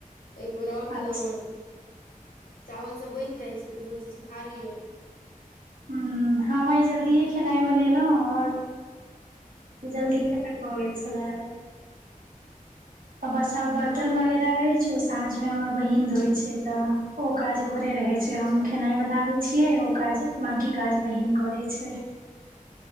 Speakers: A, on the left; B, on the right.
A: एक बेर ओर
B: अच्छा
A: खेलौ हैं। चावल सब बनि जाइ छैय तऽ सोचै छी खा लीअइ।
B: हम् हम आइ जल्दिए खेनाइ बनेलहुँ ओर जल्दीय भऽ गेल छले आइ। बस आब
A: हँ
B: बर्तन वगैरह अइछ साँझ में हुमर बहीन धोइ छैय तऽ ओ काज ओकरे रहे छैय
A: अच्छा
B: हम खेनाइ बनाबे छियै ओ काज बाँकी काज बहिन करै छैय।